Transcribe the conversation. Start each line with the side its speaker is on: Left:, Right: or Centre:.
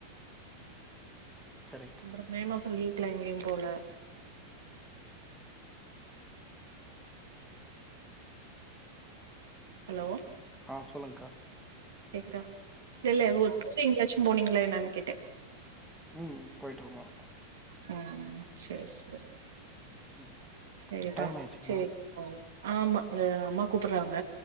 Centre: சரிங்கக்கா.
Right: <inaudible> மே மாச லீவ் இல்ல எங்கையும் போல ஹலோ
Centre: ஆ சொல்லுங்க்கா
Right: <unintelligible> இல்ல <unintelligible> போனீங்களே என்னன்னு கேட்டேன்
Centre: ம் போயிட்டு வருவான்
Right: ஹம் சரி சரி
Centre: ம்.
Right: செரிபா
Centre: டைம் ஆயிடுச்சுங்களா?
Right: செரி ம் ஆமா எங்க அம்மா கூப்பிறாங்க